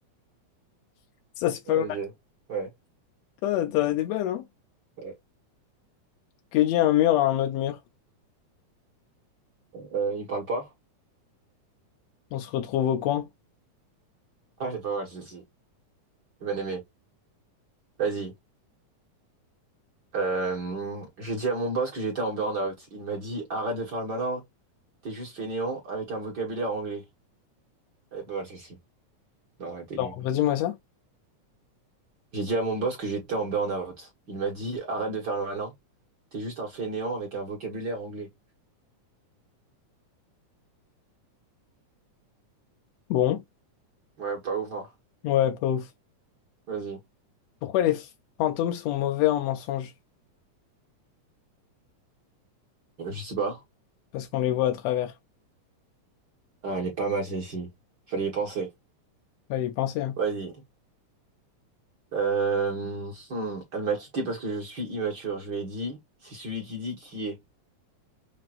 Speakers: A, on the left (about 80°); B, on the right (about 50°).
A: Ça, c'est pas
B: Vas-y.
A: mal.
B: Ouais.
A: T'en t'en as des bonnes, hein?
B: ouais.
A: Que dit un mur à un autre mur?
B: Euh, il parle pas?
A: On se retrouve au coin.
B: Ah, c'est pas mal, celle-ci. J'ai bien aimé. Vas-y. Euh, j'ai dit à mon boss que j'étais en burn-out. Il m'a dit, arrête de faire le malin, t'es juste fainéant avec un vocabulaire anglais. Elle est pas mal celle-ci. Non, elle était
A: Non,
B: nulle.
A: redis-moi ça.
B: J'ai dit à mon boss que j'étais en burn-out. Il m'a dit, arrête de faire le malin, t'es juste un fainéant avec un vocabulaire anglais.
A: Bon,
B: Ouais, pas ouf, hein.
A: ouais, pas ouf.
B: Vas-y.
A: Pourquoi les fantômes sont mauvais en mensonge?
B: Euh, Je sais pas.
A: Parce qu'on les voit à travers.
B: Ah, elle est pas mal celle-ci. Fallait y penser.
A: Fallait y penser, hein.
B: Vas-y. Euh, hmm, Elle m'a quitté parce que je suis immature. Je lui ai dit, c'est celui qui dit qui est.